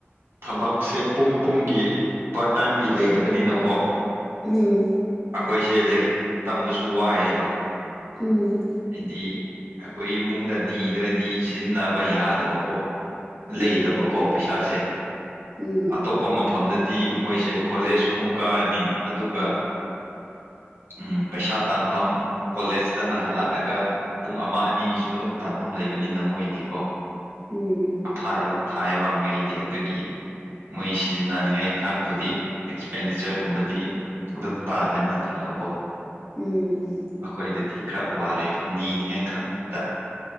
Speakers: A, on the right; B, in the centre.
A: ꯊꯕꯛꯁꯦ ꯄꯨꯡ ꯄꯨꯡꯒꯤ ꯄꯥꯔꯠ ꯇꯥꯏꯝꯒꯤ ꯂꯩꯇꯕꯅꯤꯅꯀꯣ
B: ꯎꯝ
A: ꯑꯩꯈꯣꯏꯁꯦ ꯂꯥꯏꯔꯤꯛ ꯇꯝꯕꯁꯨ ꯋꯥꯏꯑꯦꯕ
B: ꯎꯝ
A: ꯍꯥꯏꯗꯤ ꯑꯩꯈꯣꯏ ꯏꯃꯨꯡꯗ ꯅꯤꯗ꯭ꯔꯗꯤ ꯁꯤꯖꯤꯟꯅꯕ ꯌꯥꯗꯕꯀꯣ ꯂꯩꯇꯥꯕꯀꯣ
B: ꯎꯝ
A: ꯄꯩꯁꯥꯁꯦ
B: ꯎꯝ
A: ꯑꯇꯣꯞꯄ ꯃꯐꯝꯗ ꯗꯤ ꯃꯣꯏꯁꯦ ꯀꯣꯂꯦꯖꯁꯨꯃꯨꯛ ꯀꯔ꯭ꯅꯤ ꯑꯗꯨꯒ ꯎꯝ ꯄꯩꯁꯥ ꯇꯥꯟꯐꯝ ꯀꯣꯂꯦꯖꯇꯅ ꯍꯜꯂꯛꯑꯒ ꯄꯨꯡ ꯑꯃꯥ ꯑꯅꯤꯒꯤ ꯑꯗꯣ ꯑꯗꯨꯝ ꯇꯥꯟꯐꯝ ꯂꯩꯕꯅꯤꯅ ꯃꯣꯏꯗꯤ ꯀꯣ
B: ꯎꯝ
A: ꯑꯐꯥꯏꯕ ꯐꯥꯏꯕ ꯃꯣꯢꯒꯤꯗꯤ ꯑꯗꯨꯒꯤ ꯃꯣꯏ ꯁꯤꯖꯤꯟꯅꯅꯤꯡꯉꯥꯏ ꯈꯥꯛꯄꯨꯗꯤ ꯑꯦꯛꯁꯄꯦꯟꯗꯤꯆꯔ ꯒꯨꯝꯕꯗꯤ ꯑꯗꯨꯝ ꯇꯥꯟꯕꯅꯤꯅ ꯐꯕꯀꯣ
B: ꯎꯝ
A: ꯑꯩꯈꯣꯏꯗꯗꯤ ꯈꯔ ꯋꯥꯔꯦ ꯅꯤꯅꯤꯉꯥꯏ ꯈꯛꯇ